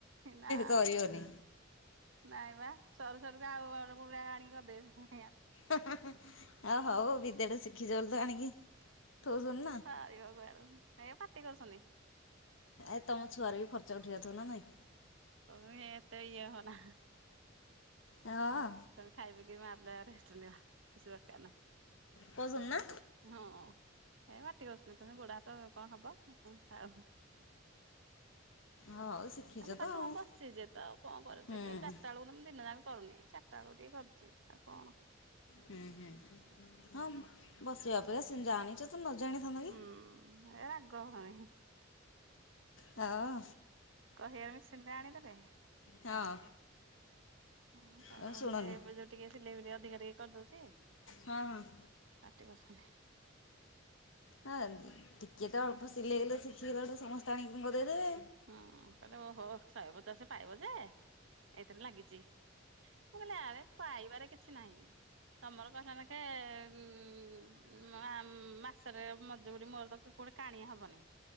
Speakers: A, on the right; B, on the left.
A: ନାଁ।
B: ସରିବନି
A: ନାଇଁ ବା ସରୁ ସରୁକା ଆଉ ଅଡ ଗୁଡ଼ା ଆଣିକି ଗଦେଇଦେଲେ।
B: ଆଉ ହଉ ବିଦ୍ୟାଟା ଶିଖିଚ ବୋଲି ତ ଆଣିକି ଥୋଉଛନ୍ତି ନା
A: ସାରିବା ପାଇଲନେ ଏଇ ପାଟି କରୁଛନ୍ତି।
B: ଏ ତମ ଛୁଆର ବି ଖର୍ଚ୍ଚ ଉଠି ଯାଉଥୁବ ନାଁ ନାଇଁ?
A: କବେ ଏ ଏତେ ଇଏ ହନା
B: ହଁ
A: କବେ ଖାଇବିକି ମାରଲେହାରି। ଚୁନିଆ କିଛି ଦରକାର ନାହିଁ
B: କହୁଛନ୍ତି ନା
A: ହଁ। ଏ ମାଟି ଅସନି କନେ ଗୋଡ଼ ହାତ କଁ ହବ ଅଁ ଖାଉ
B: ହଁ ହଉ ଶିଖିଛ
A: ଆ ମୁଁ କାଲି
B: ତ ଆଉ
A: ହଁ ବସିଚି ତ ଆଉ କଁ କରୁଚି
B: ହୁଁ
A: କି ଚାରିଟା ଅଳୁକୁ ତମ ଦିନ ଜା କରୁନି ଚାରିଟା ଅଳୁ ଟିକେ କରୁଚି ଆଉ କଣ?
B: ହୁଁ ହୁଁ ହଁ ବସିବା ଅପେକ୍ଷା ସେ ଜାଣିଚ ତ ନ ଜାଣିଥାନ୍ତ କି
A: ହୁଁ
B: ହଁ।
A: ଏ ରାଗ ହଣି
B: ହଁ
A: କହିଆରୁ ମିସିନ୍ ଟେ ଆଣିଦେଲେ।
B: ହଁ
A: ହଁ ତାର
B: ତମେ ଶୁଣନି
A: ସେ ଏବେ ଯୋଉ ଟିକେ ସିଲେଇ ଫିଲେଇ ଅଧିକା ଟିକେ କରିଦଉଚି
B: ହଁ ହଁ।
A: ଆଟି ବସୁନି।
B: ହଁ ଟିକେ ତ ଅଳ୍ପ ସିଲେଇ ହେଲେ ଶିଖିଗଲାଠୁ ସମସ୍ତେ ଆଣିକି ଗଦେଇଦେବେ।
A: ହୁଁ କହିଲେ ଓହୋ ଶହେ ପଚାସେ ପାଇବ ଯେ ଏଇଥିରେ ଲାଗିଚି। ମୁଁ କହିଲି ଆରେ ପାଇବାରେ କିଛି ନାହିଁ ତମର କହିଲା ନାଖେ ଉଁ ଉଁ ମା ମାସରେ ମଜୁରୀ ମୋର ପାଖୁରୁ କୋଉଟା କାଣିଆ ହବନେଇ।